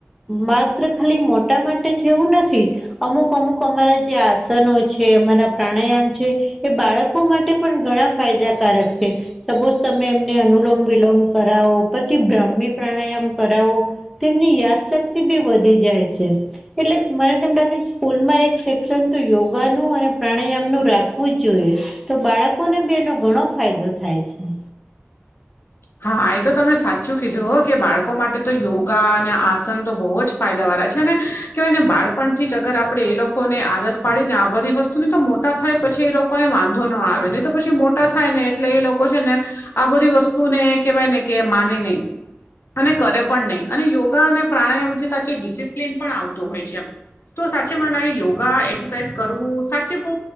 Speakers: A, in the centre; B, on the left.
A: માત્ર ખાલી મોટ ટા માટે જ જેવું નથી અમુક અમુક અમારા જે આસનો છે અમારા પ્રાણાયામ છે એ બાળકો માટે પણ ઘણા ફાયદા કારક છે. સપોઝ તમે એમને અનુલોમ વિલોમ કરાવો, પછી બ્રાહ્મી પ્રાણાયામ કરાવો, તો એમની યાદશક્તિ બી વધી જાય છે એટલે મને તેમ લાગે સ્કૂલમાં એક સેક્શન તો યોગાનું અને પ્રાણાયામ નું રાખવું જ જોઈએ, તો બાળકોને બી એનો ઘણો ફાયદો થાય છે.
B: હા, એ તો તમે સાચું કીધું કે બાળકો માટે તો યોગા અને આસન તો બહુ જ ફાયદા વાળા છે અનેને કહેવાય ને બાળપણથી જ અગર આપણેે એ લોકો ને આદત પાડીને આ બધી વસ્તુને તો મોટા થાય પછી એ લોકો ને વાંધો ના આવે નઈ તો પછી મોટા થાય ને એટલે એ લોકો છે ને આ બધી વસ્તુ તું ને કેવાય ને કે માને નય અને કરે પણ નહીં અને યોગા અને પ્રાણાયામથી સાચી ડિસિપ્લિન પણ આવતું હોય છે. તો સાચે મને લાગે યોગા એક્સરસાઇઝ કરવું સાચે બહુ